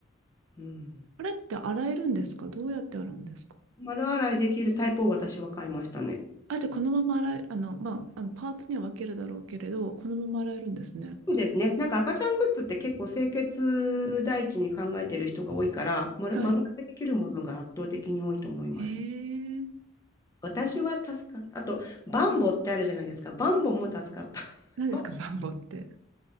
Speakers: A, on the left (about 20°); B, on the right (about 75°).
A: うん。
B: あれって洗えるんですかどうやって洗うんですか
A: 丸洗いできるタイプを私は買いましたね。
B: あ、じゃあこのまま洗え、あの、まあ、あのパーツには分けるだろうけれど、このまま洗えるんですね。
A: そうですね。なんか赤ちゃんグッズって結構清潔第一に考えてる人が多いから、丸丸々できるものが圧倒的に多いと思います。
B: はい。へえ。
A: 私は助かっあと、バンボってあるじゃないですか。バンボも助かった。<laughs>
B: 何ですか、
A: バ
B: <laughs> マンボって。